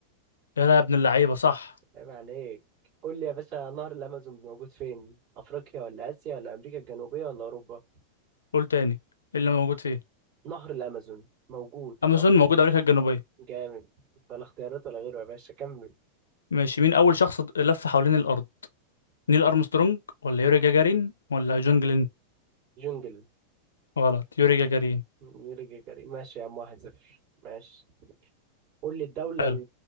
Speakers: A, on the left; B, on the right.
A: يا لا يا ابن اللعيبة صح
B: عيب عليك قول لي يا باشا نهر الامازون موجود فين افريقيا ولا اسيا ولا امريكا الجنوبيه ولا اوروبا
A: قول تاني إيه اللي موجود فيه؟
B: نهر الامازون موجود في
A: أمازون
B: أف...
A: موجود أمريكا الجنوبية
B: جامد ولا اختيارات ولا غيره يا باشا كمل
A: ماشي مين أول شخص د- لف حوالين الأرض؟ نيل أرمسترونج ولا يوري جاجارين ولا جون جلين؟
B: جونجل
A: غلط يوري جاجارين
B: يوري جاجاري ماشي يا عم واحد صفر ماشي قول لي الدولة
A: حلو